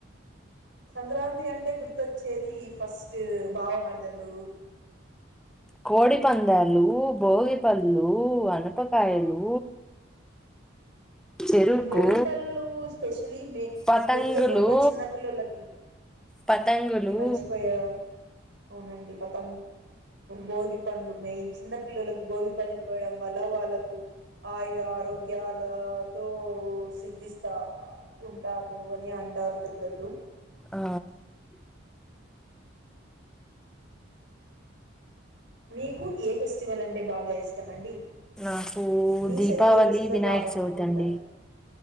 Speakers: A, on the right; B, in the centre.
A: సంక్రాంతి అంటే గుర్తొచ్చేది ఫస్ట్ బావ వరదలు
B: కోడిపందాలు భోగిపళ్ళు అనపకాయలు చెరుకు
A: భోగిపళ్ళు స్పెషలీ మే
B: పతంగులు
A: ప్రత్యేకంగా చిన్న పిల్లలకి
B: పతంగులు
A: అవునండి మర్చిపోయా అవునండి పత భోగి పంలు మెయిన్ చిన్న పిల్లలకు భోగి పండ్లు పోయడం వల్ల వాళ్ళకు ఆయు ఆరోగ్య గ్యాలతో సిద్ధిస్తా ఉంటారు అని అంటారు పెద్దలు
B: ఆ
A: మీకు ఏ ఫెస్టివల్ అంటే బాగా ఇష్టం అండి
B: నాకు
A: మీ
B: దీపావళి
A: సైడ్ ఏ ఫెస్టివల్
B: వినాయక
A: బాగా
B: చవితి
A: జరుపుకుంటారు
B: అండి